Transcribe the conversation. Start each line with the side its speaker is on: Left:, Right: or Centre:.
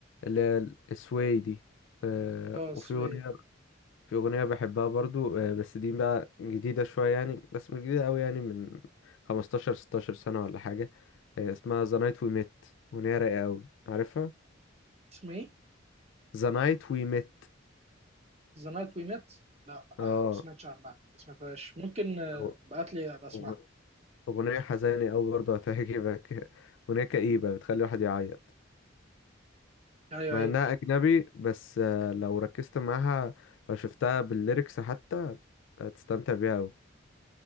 Left: اللي هي السواي دي آه
Right: اه
Left: وفي
Right: سوي
Left: اغنيه في أغنية بحبها برضو آه، بس دي بقى جديدة شوية يعني بس مش جديدة أوي يعني من خمستاشر ستاشر سنة ولا حاجة آه، اسمها The Night We Met أغنية رايقة أوي عارفها
Right: اسمه ايه
Left: The Night We Met
Right: ذا نايت وي ميت لا
Left: اه
Right: آه، ما سمعتش عنها ما سمعتهاش ممكن آه،
Left: أغ-
Right: تبعت لي أبقى اسمعها
Left: أغ- أغنية حزينة أوي برضو هتعجبك <laughs> أغنية كئيبة بتخلي الواحد يعيط
Right: ايوه
Left: مع
Right: ايوه
Left: إنها أجنبي بس آه، لو ركزت معاها لو شفتها بالليركس حتى هتستمتع بيها أوي